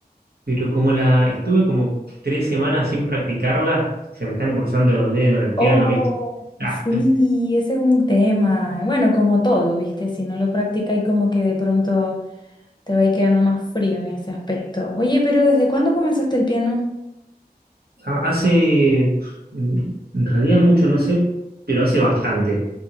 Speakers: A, on the right; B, on the left.
A: pero como la estuve como tres semanas sin practicarla, se me están cruzando los dedos en el piano,
B: Oh,
A: ¿viste? Desastre.
B: sí, ese es un tema. Bueno, como todo, ¿viste? Si no lo practica y como que de pronto te va a ir quedando más frío en ese aspecto. Oye, pero ¿desde cuándo comenzaste el piano?
A: Ha- Hace, mm, en realidad mucho, no sé, pero hace bastante.